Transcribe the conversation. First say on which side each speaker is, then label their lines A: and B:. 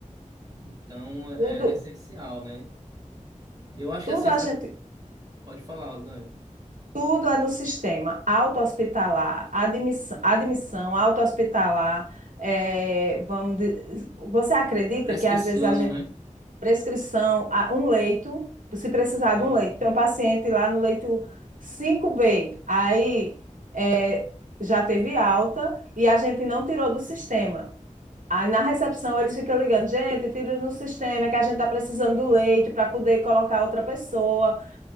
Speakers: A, on the right; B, on the right.
A: Então é,
B: Tudo,
A: é essencial, né? Eu acho
B: tudo
A: que assim, essa
B: a gente
A: pode falar, Lange.
B: Tudo é no sistema auto-hospitalar, admissão, admissão auto-hospitalar. eh, vamos, di- você acredita
A: Prescrição,
B: que às vezes a gente,
A: né?
B: prescrição, a um leito, se precisar
A: É.
B: de um leito, tem um paciente lá no leito cinco b aí eh, já teve alta e a gente não tirou do sistema. Aí na recepção eles ficam ligando, gente, tira no sistema, é que a gente está precisando do leito para poder colocar outra pessoa.